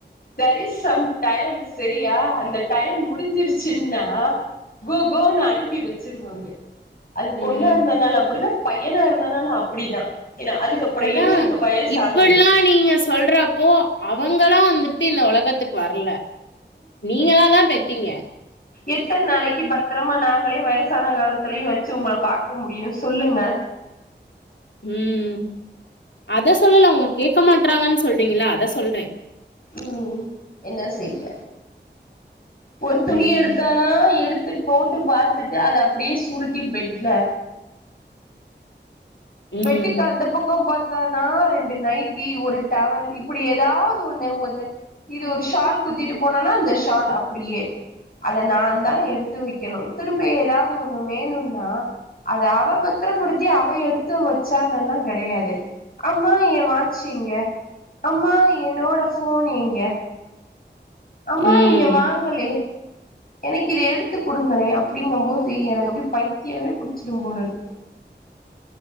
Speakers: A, on the left; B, on the left.
A: there is some time செரியா அந்த டயம் முடிஞ்சிருச்சுன்னா கோ கோன்னு அனுப்பி வெச்சிருவாங்க அது பொண்ணா
B: ம்.
A: இருந்தான்னால் அப்புடிதா பையனா இருந்தானாலு அப்டிதா என்னா அதுக்கப்ற
B: அதான்
A: எங்களுக்கு வயசாகுது
B: இப்படிலா நீங்க சொல்றப்போ அ வங்களா வந்துட்டு இந்த ஒலகத்துக்கு வர்ல நீங்களா தா பெத்தீங்க
A: எத்தன் நாளக்கி பத்திரமா நாங்களே வயசான காலத்திலை வச்சு உங்கள பாக்க முடியு சொல்லுங்க
B: ம் அத சொல்லல அவுங்க கேக்க மாட்றாங்கன் சொல்றீங்கள்ல அத சொல்றே
A: ம் என்ன செய்ய ஒரு துணி
B: ம்.
A: எடுத்தானா எடு த்து போட்டு பாத்துட்டு அத அப்டியே சுருட்டி பெட்ல
B: ம்.
A: பெட்டுக்கு அந்த பக்கம் பாத்தா னா ரெண்டு நைட்டி ஒரு டவல் இப்பிடி எதாவ்து ஒன்னு ஒன்னு இது ஒரு ஷால் குத்திட்டு போனொனா அந்த ஷால் அப்டியே அத நாந்தா எடுத்து வக்கணு திரும்ப எதாவ்து ஒன்னு வேணுன்னா அத அவ பத்திரப்படுத்தி அவ எடுத் த்து வச்சானல்லா கெடையாது அம்மா எ வாட்ச் எங்க அம்மா என்னோட ஃபோன் எங்க அம்மா
B: ம்.
A: இங்க வாங்களே எனக்கு இத எடுத்து குடுங்களே அப்டிங்கம்போது எனக்கு அப்டி பைத்தியமே புடுச்சுரும் போல இருக்கு